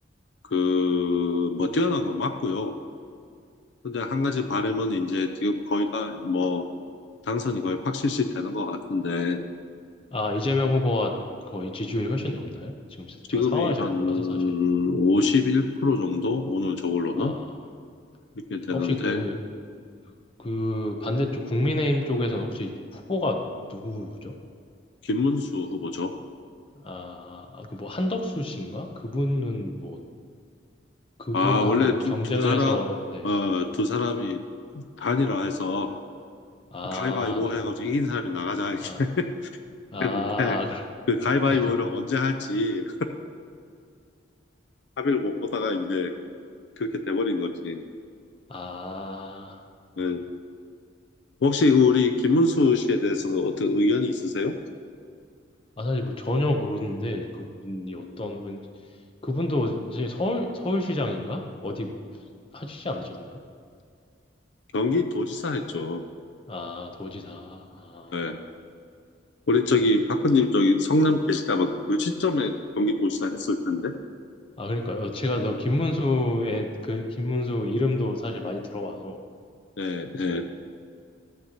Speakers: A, on the left (about 70°); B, on the left (about 30°).
A: 그, 뭐, 뛰어난 건 맞고요. 근데 한 가지 바람은 이제 지금 거의 다 뭐, 당선이 거의 확실시 되는 것 같은데
B: 아, 이재명 후보가 거의 지지율이 훨씬 높나요? 지금 제가
A: 지금이
B: 상황을 잘
A: 한
B: 몰라서 사실.
A: 51%
B: 네.
A: 정도 오늘 저걸로는
B: 아,
A: 이렇게 되는데
B: 혹시 그, 그 반대쪽 국민의힘 쪽에서는 혹시 후보가 누구죠?
A: 김문수 후보죠.
B: 아, 아, 그뭐 한덕수 씨인가? 그분은 뭐, 그분하고
A: 아 원래 두,
B: 경쟁을
A: 두 사람
B: 해서, 네.
A: 어, 두 사람이 단일화해서
B: 아,
A: 가위바위보
B: 네.
A: 해가지고 이긴 사람이 나가자 이렇게
B: 아,
A: <laughs>
B: 아, 아,
A: 했는데 그 가위바위보를
B: 그렇네. <laughs>
A: 언제 할지 합의를 못 보다가 이제 그렇게 돼버린 거지.
B: 아,
A: 예. 혹시 그 우리 김문수 씨에 대해서는 어떤 의견이 있으세요?
B: 아, 사실 뭐 전혀 모르는데 그분이 어떤 분, 그분도 이제 서울, 서울시장인가? 어디 하시지 않으셨나요?
A: 경기도지사 했죠.
B: 아, 도지사. 아,
A: 네. 우리 저기 박근님 저기 성남 계시다가 그 시점에 경기 도시사 했을 텐데.
B: 아 그러니까요. 어, 제가 저 김문수의 그, 김문수 이름도 사실 많이 들어봐서
A: 예, 예.